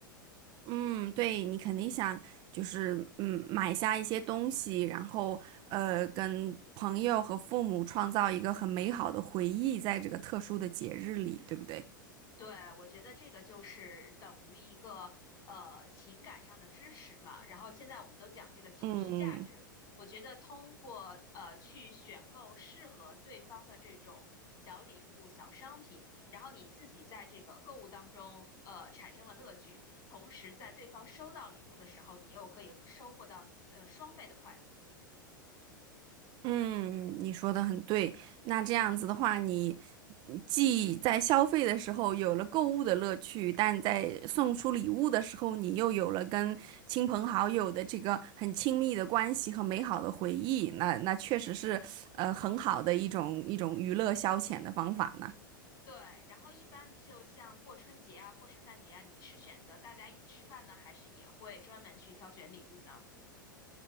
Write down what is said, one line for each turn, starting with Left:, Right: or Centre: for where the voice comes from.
Right: 嗯，对，你肯定想就是嗯买下一些东西，然后呃跟朋友和父母创造一个很美好的回忆，在这个特殊的节日里，对不对？
Left: 对，我觉得这个就是等于一个呃情感上的支持嘛。然后现在我们都讲这个情绪价值，
Right: 嗯
Left: 我觉得通过呃去选购适合对方的这种小礼物、小商品，然后你自己在这个购物当中呃产生了乐趣，同时在对方收到礼物的时候，你又可以收获到呃双倍的快乐。
Right: 嗯，你说的很对。那这样子的话，你。既在消费的时候有了购物的乐趣，但在送出礼物的时候，你又有了跟亲朋好友的这个很亲密的关系和美好的回忆。那那确实是呃很好的一种一种娱乐消遣的方法呢。
Left: 对，然后一般就像过春节啊、过圣诞节啊，你是选择大家一起吃饭呢，还是也会专门去挑选礼物呢？